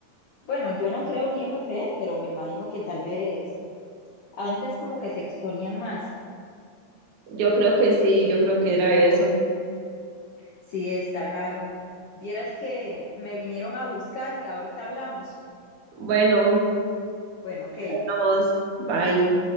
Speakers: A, on the left (about 80°); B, on the right (about 55°).
A: bueno, yo no creo ni dejo de creer, pero me imagino que tal vez antes como que se exponían más
B: yo creo que sí, yo creo que era eso.
A: Sí, está raro. Vieras que me vinieron a buscar, ahorita hablamos.
B: Bueno,
A: Bueno, ok.
B: vamos, bye.